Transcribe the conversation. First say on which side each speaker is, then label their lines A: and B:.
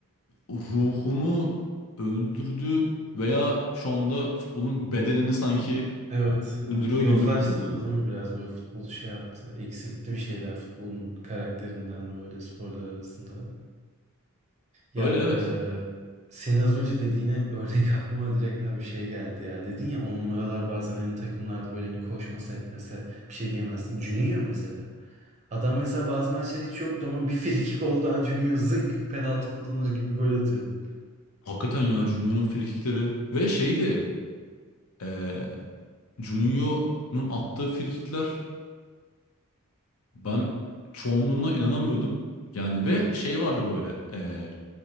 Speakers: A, on the left (about 65°); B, on the right (about 30°).
A: ruhunu öldürdü veya şu anda futbolun bedenini sanki
B: evet.
A: öldürüyor
B: evet.
A: gibi
B: Yozlaştırdı
A: geliyor bana.
B: değil mi biraz böyle futbolu şey yaptı. Eksiltti bir şeyler futbolun karakterinden böyle sporlar arasında. Ya
A: Öyle evet.
B: e, senin az önce dediğine örnek <laughs> aklıma direkt abi bir şey geldi ya. Dedin ya on numaralar bazen hani takımlarda böyle hani koşmasa etmese bir şey diyemezsin. Juninho mesela. Adam mesela bazı maçlar hiç yoktu ama bir frikik olduğu an Juninho zınk penaltı kullanır gibi gol atıyordu.
A: Hakikaten ya Junior'un frikikleri ve şeydi e, Juninho'nun attığı frikikler ben çoğunluğuna inanamıyordum. Yani ve şey vardı böyle e,